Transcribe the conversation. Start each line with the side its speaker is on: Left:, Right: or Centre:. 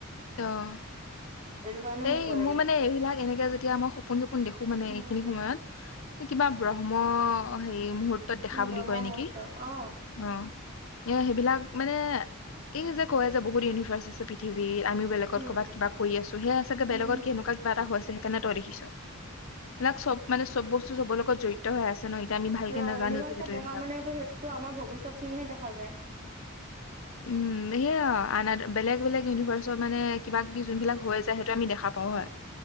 Left: অহ
Right: সেইটো কাৰণে
Left: এই
Right: ভয় লাগি
Left: মোৰ
Right: থাকে
Left: মানে এইবিলাক এনেকে যেতিয়া মই সপোন-চপোন সপোন দেখো মানে
Right: উম
Left: এইখিনি সময়ত কিবা ব্ৰহ্ম হেই মুহৰ্ত ত দেখা
Right: উম
Left: বুলি
Right: ব্ৰহ্ম
Left: কয় নেকি
Right: মুহূৰ্ত অ
Left: অ। এ সেইবিলাক মানে এই যে কয় যে বহুত ইউনিভাৰ্চ আছে পৃথিৱীত আমিও বেলেগত
Right: উম
Left: ক'বাত কা কৰি আছো সেয়া চাগে
Right: উম
Left: বেলেগত
Right: হম
Left: কেনেুৱা কিবা হৈছে কেনে তই দেখিছ এইবিলাক চব মানে চব বস্তু চবৰ লগত জড়িত হৈ আছে। ন এতিয়া আমি ভালকে
Right: ৰ
Left: নাজানো
Right: ইউনিভাৰ্চত
Left: যিহেতু
Right: দেখা
Left: এইবিলাক
Right: মানেো সেইটোতো আমাৰ ভৱিষ্যত খিনিহে দেখা যায়।
Left: উম সেয়য়া আন বেলেগ বেলেগ ইউনিভাৰ্চত মানে কিবা কিবি যোনবিলাক হৈ যায় সেইটো আমি দেখা প প হয়